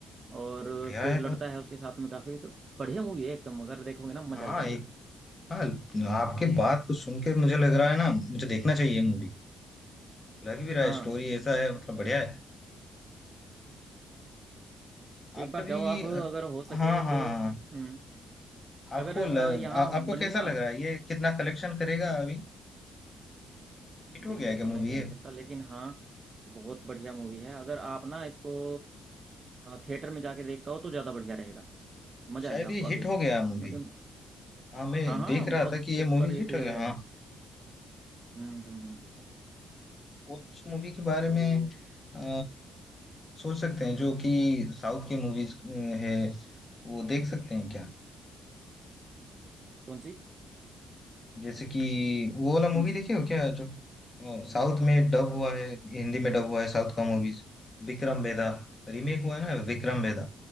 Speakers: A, on the right; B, on the left.
A: और
B: अरे बढ़िया
A: फिर
B: है
A: लड़ता
B: तो
A: है उसके साथ में काफी तो बढ़िया मूवी है एकदम अगर देखोगे ना मजा
B: हाँ
A: आ जाएगा
B: एक हाँ आपके बात को सुन के मुझे लग रहा है ना मुझे देखना चाहिए मूवी लग भी रहा
A: हाँ
B: है स्टोरी ऐसा है मतलब बढ़िया है
A: एक
B: आप
A: बार
B: कभी
A: जाओ आप
B: अ,
A: अगर हो
B: हाँ
A: सके
B: हाँ
A: तो
B: हाँ,
A: हम्म
B: आपको
A: अगर अ,
B: ल,
A: यहाँ
B: आ, आपको
A: बनी
B: कैसा
A: ना
B: लग रहा है ये कितना कलेक्शन करेगा अभी हिट हो
A: भाई
B: गया
A: ये
B: है क्या
A: तो
B: मूवी
A: मैं कह
B: ये
A: नहीं सकता लेकिन हाँ बहुत बढ़िया मूवी है अगर आप ना इसको थिएटर में जाके देख हो तो ज़्यादा बढ़िया रहेगा मज़ा
B: शायद
A: आएगा
B: ये
A: वाकई
B: हिट
A: क्योंकि
B: हो गया मूवी हाँ मैं
A: हाँ हाँ
B: देख रहा
A: बहुत
B: था कि
A: सुपर
B: ये मूवी
A: हिट
B: हिट
A: है
B: हो गया हाँ
A: हम्म हम्म, हम्म।
B: और कुछ मूवी के बारे
A: तो
B: में अ, सोच सकते हैं जो कि साउथ की मूवीज है वो देख सकते हैं क्या
A: कौन सी
B: जैसे कि वो वाला मूवी
A: कौन
B: देखे
A: सी
B: हो क्या जो अ, साउथ में डब हुआ है हिंदी में डब हुआ है साउथ का मूवीज विक्रम बेदा रीमेक हुआ है ना विक्रम बेदा